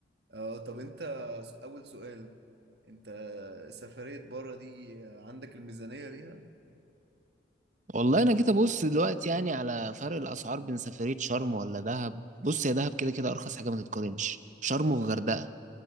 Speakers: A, on the right (about 60°); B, on the right (about 40°).
A: اه طب انت س- اول سؤال انت سفرية بره دي عندك الميزانية ليها
B: والله انا جيت ابص دلوقتي يعني على فرق الاسعار بين سفريه شرم ولا دهب بص يا دهب كده كده ارخص حاجه ما تتقارنش شرم وغردقه
A: اه